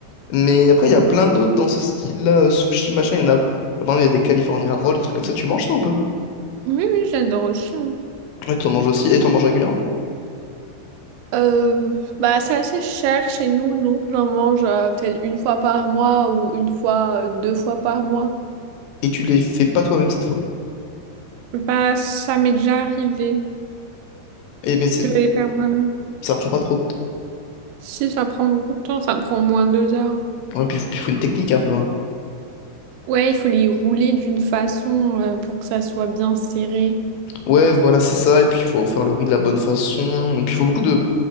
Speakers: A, on the left; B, on the right.
A: Mais après, il y a plein d'autres dans ce style-là, euh, sushi, machin. Il y en a, par exemple, il y a des California Rolls, des trucs comme ça. Tu manges ça ou pas?
B: Oui, oui, j'adore aussi. hein.
A: Ouais, t'en manges aussi, et t'en manges régulièrement.
B: Euh, bah, c'est assez cher chez nous, donc j'en mange euh, peut-être une fois par mois ou une fois, euh, deux fois par mois.
A: Et tu les fais pas toi-même cette fois.
B: Bah, ça m'est déjà arrivé
A: Et mais c'est,
B: de les faire moi
A: ça prend pas trop de temps.
B: Si ça prend beaucoup de temps, ça prend au moins deux heures.
A: Ouais, puis il faut, puis faut une technique un peu. hein.
B: Ouais, il faut les rouler d'une façon euh, pour que ça soit bien serré.
A: Ouais, voilà, c'est ça. Et puis il faut faire le riz de la bonne façon. Et puis il faut beaucoup de.